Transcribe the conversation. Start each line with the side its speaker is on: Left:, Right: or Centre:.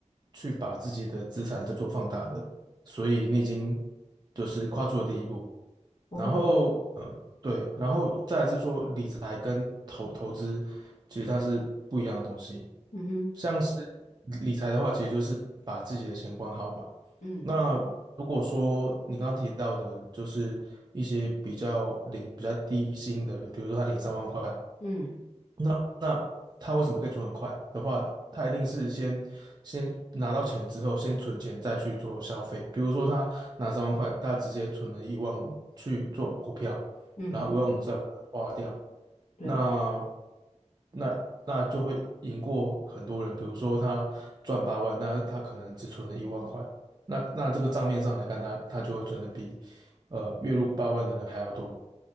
Right: 去把自己的资产再做放大的，所以你已经就是跨出了第一步。
Left: 哦，
Right: 然后，呃，对，然后再来是说理财跟投投资，其实它是不一样的东西。
Left: 嗯哼，
Right: 像是理理财的话，其实就是把自己的钱管好嘛。
Left: 嗯
Right: 那如果说你刚刚提到的，就是一些比较领比较低薪的人，比如说他领三万块，
Left: 嗯
Right: 那那他为什么可以存很快的话，他一定是先先拿到钱之后，先存钱再去做消费。比如说他拿三万块，他直接存了一万五去做股票，
Left: 嗯哼，
Right: 然后一万五再把它花掉，
Left: 对。
Right: 那那那就会赢过很多人。比如说他赚八万，那他可能只存了一万块，那那这个账面上来看，他他就会存的比呃月入八万的人还要多。